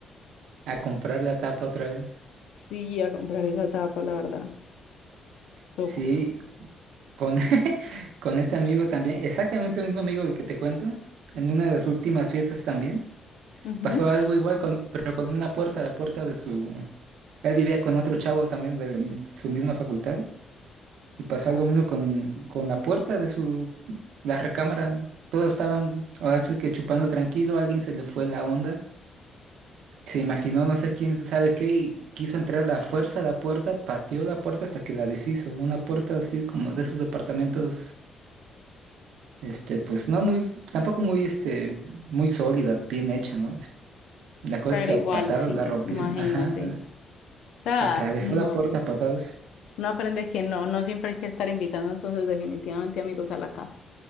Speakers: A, on the right; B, on the left.
A: a comprar la tapa otra vez.
B: Sí, a comprar esa tapa, la verdad, tocó.
A: Sí, con, <laughs> con este amigo también, exactamente el mismo amigo del que te cuento, en una de las últimas fiestas también,
B: Ujú.
A: pasó algo igual, con, pero con una puerta, la puerta de su... Él vivía con otro chavo también de, la mi- de su misma facultad y pasó
B: Ah,
A: algo mismo con, con la puerta de su... la recámara. Todos estaban, ahora sí que chupando tranquilo, a alguien se le fue la onda Se imaginó, no sé quién sabe qué, y quiso entrar a la fuerza a la puerta, pateó la puerta hasta que la deshizo. Una puerta así como de esos departamentos, este, pues no muy, tampoco muy, este, muy sólida, bien hecha, ¿no? Si- La cosa
B: Pero
A: es que
B: igual,
A: a patadas
B: sí,
A: la rompió,
B: imagínate.
A: ajá, la-
B: O sea,
A: atravesó
B: no,
A: la puerta a patadas.
B: no aprendes que no, no siempre hay que estar invitando entonces definitivamente amigos a la casa,